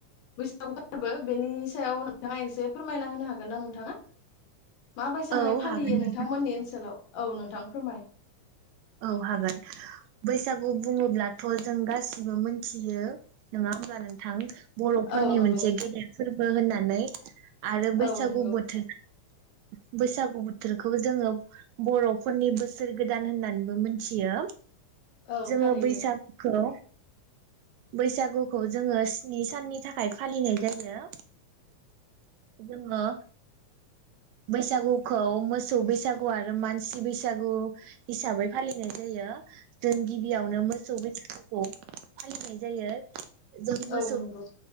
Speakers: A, on the left; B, on the right.
A: बैसागु फोर्बो बेनि सायाव नोंथाङा एसे फोरमायना होनो हागोन ना नोंथाङा? माबैसाहाय
B: औ
A: फालियो
B: हागोन नोंथां
A: नोंथांमोननि ओनसोलाव औ नोंथां फोरमाय
B: औ हागोन बैसागु बुङोब्लाथ जों गासिबो मोनथियो नङा होमबा नोंथां बर'फोरनि
A: औ नंगौ
B: मोनसे गेदेर फोर्बो होननानै आरो
A: औ
B: बैसागु
A: नंगौ
B: बोथोर बैसागु बोथोरखौ जोङो बर'फोरनि बोसोर गोदान होननानै बो मोनथियो
A: औ
B: जोङो
A: थारैनो
B: बैसागुखौ
A: <inaudible>
B: बैसागुखौ जोङो स्नि साननि थाखाय फालिनाय जायो जोङो बैसागुखौ मोसौ बैसागु आरो मानसि बैसागु हिसाबै फालिनाय जायो जों गिबियावनो मोसौ बैसागुखौ फालिनाय जायो जों मोसौ
A: औ नंगौ